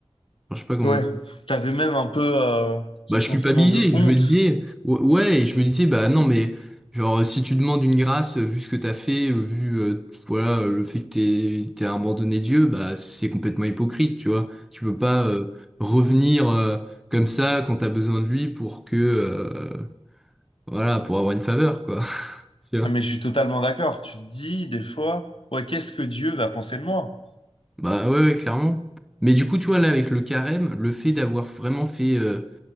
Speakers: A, in the centre; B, on the left.
A: Enfin, je sais pas comment
B: Ouais, t'avais même un peu euh, ce
A: bah, je
B: sentiment
A: culpabilisais.
B: de honte
A: Je me disais, ou- ouais, et je me disais, bah non, mais genre, si tu demandes une grâce, euh, vu ce que t'as fait, euh, vu, euh, voilà, euh, le fait que t'aies, t'aies abandonné Dieu, bah, c'est complètement hypocrite, tu vois. Tu peux pas, euh, revenir, euh, comme ça quand t'as besoin de lui pour que, euh, voilà, pour avoir une faveur, quoi. <laughs> Tu vois.
B: Ah, Mais je suis totalement d'accord. Tu te dis des fois, ouais, qu'est-ce que Dieu va penser de moi?
A: Bah, ouais, ouais, clairement. Mais du coup, tu vois, là, avec le carême, le fait d'avoir vraiment fait, euh,